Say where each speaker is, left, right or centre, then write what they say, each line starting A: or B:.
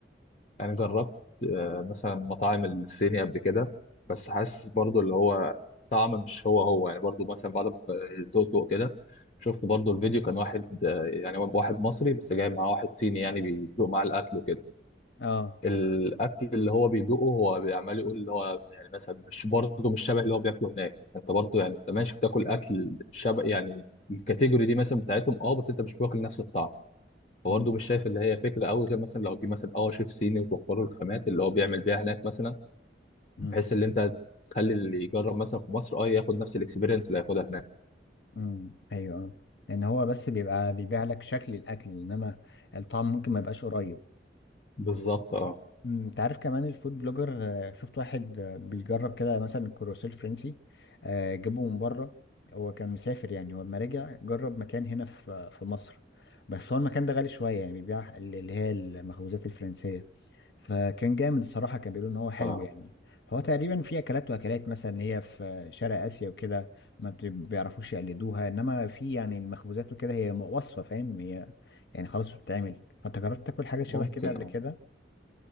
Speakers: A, on the left; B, on the left.
A: انا جربت آه، مثلا مطاعم الصيني قبل كده بس حاسس برضو اللي هو طعم مش هو هو يعني برضو مثلا بعد ما دقت دقت كده شفت برضو الفيديو كان واحد آه، يعني واحد مصري بس جاي معاه واحد صيني يعني بيدوق معاه الاكل وكده
B: اه
A: الاكل اللي هو بيدوقه هو بيعمل يقول اللي هو يعني مثلا مش برضو مش شبه اللي هو بياكله هناك فانت برضو يعني انت ماشي بتاكل اكل شبه يعني الكاتيجوري دي مثلا بتاعتهم اه بس انت مش واكل نفس الطعم فبرضه
B: امم
A: مش شايف اللي هي فكره قوي غير مثلا لو تجيب مثلا اه شيف صيني وتوفر له الخامات اللي هو بيعمل بيها هناك مثلا
B: امم
A: بحيث ان انت تخلي اللي يجرب مثلا في مصر اه ياخد نفس الاكسبيرينس اللي هياخدها هناك
B: امم ايوه آه. لأن هو بس بيبقى بيبيع لك شكل الأكل إنما الطعم ممكن ما يبقاش قريب
A: بالظبط اه
B: مم، انت عارف كمان الفود بلوجر آه، شفت واحد آه، بيجرب كده مثلا الكروسيل الفرنسي آه، جابه من بره هو كان مسافر يعني هو لما رجع جرب مكان هنا في آه، في مصر بس هو المكان ده غالي شوية يعني بيبيع ال- اللي هي المخبوزات الفرنسية فكان جامد الصراحة كان بيقولوا ان هو حلو
A: اه
B: يعني هو تقريبا في اكلات واكلات مثلا اللي هي في شرق اسيا وكده ما بت- بيعرفوش يقلدوها انما في يعني المخبوزات وكده هي وصفة فاهم هي يعني خلاص بتتعمل فانت جربت تاكل حاجة شبه
A: ممكن
B: كده قبل
A: اه
B: كده